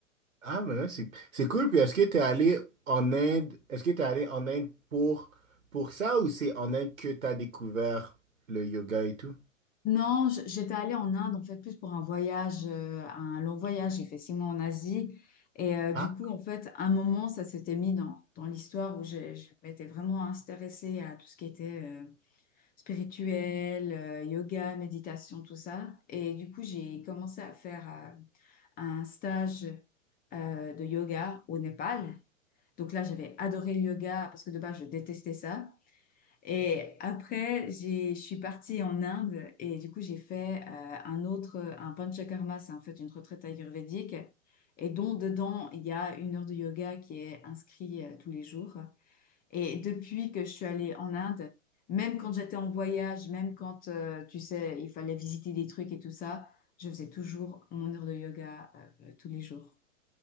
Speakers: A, on the right (about 80°); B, on the left (about 20°).
A: Ah, mais ouais, c'est c'est cool. Puis est-ce que tu es allé en Inde, est-ce que tu es allé en Inde pour, pour ça ou c'est en Inde que tu as découvert le yoga et tout?
B: Non, j- j'étais allée en Inde, en fait, plus pour un voyage, euh, un long voyage. J'ai fait six mois en Asie. Et euh, du
A: Ah,
B: coup, en fait, à un moment, ça s'était mis dans, dans l'histoire où j'ai- je m'étais vraiment intéressée à tout ce qui était euh, spirituel, euh, yoga, méditation, tout ça. Et du coup, j'ai commencé à faire... euh, un stage euh, de yoga au Népal. Donc là, j'avais adoré le yoga parce que de base, je détestais ça. Et après, j'ai, je suis partie en Inde et du coup, j'ai fait euh, un autre, un Panchakarma, c'est en fait une retraite ayurvédique. Et dont dedans, il y a une heure de yoga qui est inscrite euh, tous les jours. Et depuis que je suis allée en Inde, même quand j'étais en voyage, même quand, euh, tu sais, il fallait visiter des trucs et tout ça, je faisais toujours mon heure de yoga euh, tous les jours.